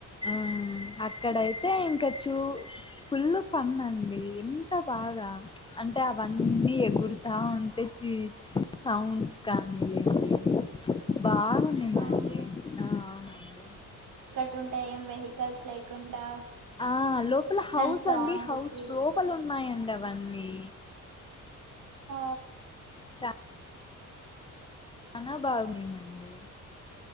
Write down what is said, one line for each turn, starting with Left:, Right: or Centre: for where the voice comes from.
Left: ఆ అక్కడైతే ఇంకా చూ పుల్ ఫన్ అండి ఎంత బాగా అంటే అవన్నీ ఎగుర్తా ఉం తెచ్చి సౌండ్స్ కానీ లేండి బాగునిందండి
Right: అవును
Left: ఆ అవునండి
Right: ట్టు ఉంటాయ్ ఏం వెహికల్స్ లేకుండా
Left: ఆ లోపల హౌస్
Right: దాని సౌండ్
Left: అండి హౌస్
Right: కి
Left: లోపల ఉన్నాయం డవన్నీ
Right: ఆ
Left: చా చనా బాగుందండి